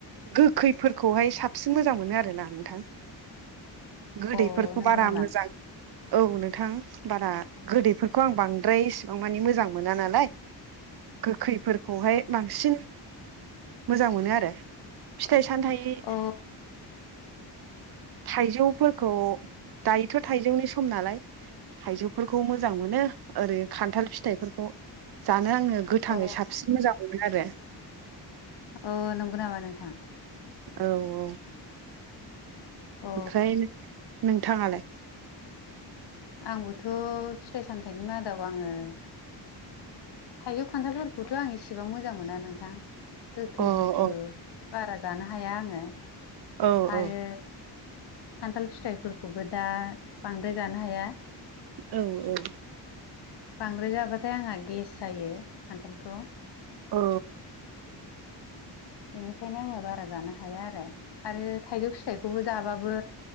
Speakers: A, on the right; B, on the left.
A: गो खैफोरखौहाय साबसिन मोजां मोनो आरोना नोंथां। गोदैफोरखौ
B: अ नंगौ
A: बारा
B: नामा?
A: मोजां औ नोंथां बारा गोदैफोरखौ आं बांद्राय इसिबां मानि मोजां मोना नालाय गोखैफोरखौहाय बांसिन मोजां मोनो आरो फिथाइ सामथाय
B: अ
A: थाइजौफोरखौ दायोथ' थाइजौनि सम नालाय थाइजौफोरखौ मोजां मोनो ओरै खान्थाल फिथाइफोरखौ बे खौ जानो आङो गोथाङै
B: अ
A: साबसिन मोजां मोनो आरो
B: अ नंगौ नामा नोंथां।
A: औ औ।
B: अ
A: ओमफ्राय नोंथाङालाय
B: आंबोथ' फिथाइ सामथायनि मादाव आङो थाइजौ खान्थालफोरखौथ'आं इसेबां मोजां मोना नोंथां। गोखै
A: अ
B: बुस्थु
A: अ
B: बारा जानो हाया आङो
A: औ
B: आरो
A: औ
B: खान्थाल फिथाइफोरखौबो दा बांद्राय जानो हाया।
A: औ औ।
B: बांद्राय जाबाथाय आंहा गेस जायो खान्थालखौ
A: औ
B: बेनिखायनो आङो बारा जानो हाया आरो आरो थाइजौ फिथाइखौबो जाब्ला बो